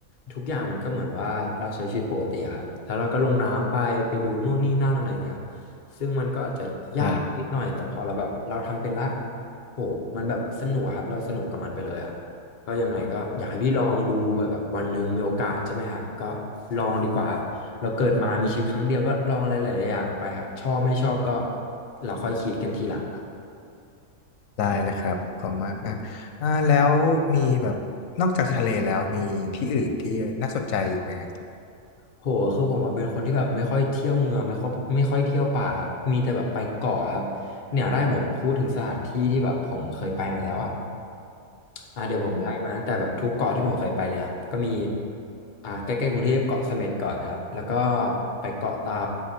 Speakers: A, on the left; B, on the left.
A: ทุกอย่างมันก็เหมือนว่าเราใช้ชีวิตปกติอะครับแล้วเราก็ลงน้ำไปไปดูนู่นนี่นั่นอะไรอย่างเงี้ยครับซึ่งมันก็อาจจะยากนิดหน่อยแต่พอเราแบบเราทำเป็นละ
B: ครับ
A: โหมันแบบสนุกอะครับเราสนุกกับมันไปเลยอ่ะก็ยังไงก็อยากให้พี่ลองดูแบบแบบวันหนึ่งมีโอกาสใช่ไหมครับก็ลองดีกว่าครับเราเกิดมามีชีวิตครั้งเดียวก็ลองอะไรหลายๆอย่างไปครับชอบไม่ชอบก็เราค่อยคิดกันทีหลังครับ
B: ได้เลยครับขอบคุณมากนะอ่าแล้วมีแบบนอกจากทะเลแล้วมีที่อื่นที่น่าสนใจอีกไหมครับ
A: โหคือผมอะเป็นคนที่แบบไม่ค่อยเที่ยวเมืองไม่ค่อยไม่ค่อยเที่ยวป่าครับมีแต่แบบไปเกาะครับเนี่ยได้ผมพูดถึงสถานที่ที่แบบผมเคยไปมาแล้วอ่ะ อ่าเดี๋ยวผมไล่มาตั้งแต่แบบทุกเกาะที่ผมเคยไปเลยครับก็มี
B: อืม
A: อ่าใกล้ๆกรุงเทพเกาะเสม็ดก่อนครับแล้วก็ไปเกาะเต่า